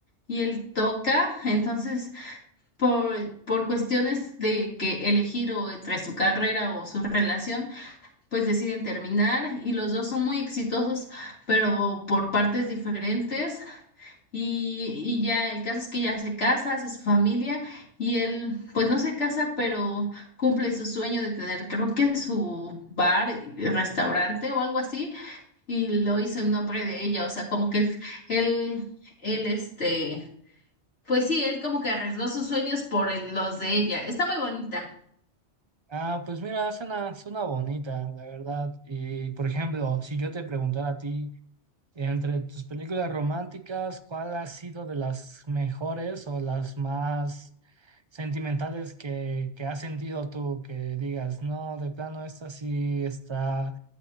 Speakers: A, on the left (about 85°); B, on the right (about 30°).
A: y él toca, entonces por por cuestiones de que elegir o entre su carrera o su relación pues deciden terminar y los dos son muy exitosos, pero por partes diferentes. Y, y ya el caso es que ella se casa, hace su familia y él pues no se casa, pero cumple su sueño de tener creo que su bar, y restaurante o algo así y lo hizo en nombre de ella, o sea, como que él, él, él este, pues sí, él como que arriesgó sus sueños por el- los de ella. Está muy bonita.
B: Ah, pues mira, suena, suena bonita, la verdad. Y por ejemplo, si yo te preguntara a ti, entre tus películas románticas, ¿cuál ha sido de las mejores o las más sentimentales que, que has sentido tú? Que digas, no, de plano, esta sí está